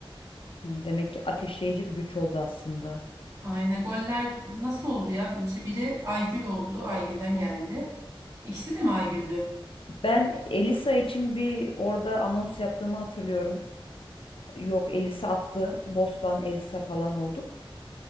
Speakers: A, on the left (about 70°); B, on the right (about 35°).
A: Ha, Demek ki ateşleyici bir güç oldu aslında.
B: Aynen goller nasıl oldu ya? İşte biri Aygül oldu. Aygül'den geldi. İkisi de mi Aygül'dü?
A: Ben Elisa için bir orada anons yaptığımı hatırlıyorum. Yok Elisa attı. Bostan Elisa falan olduk.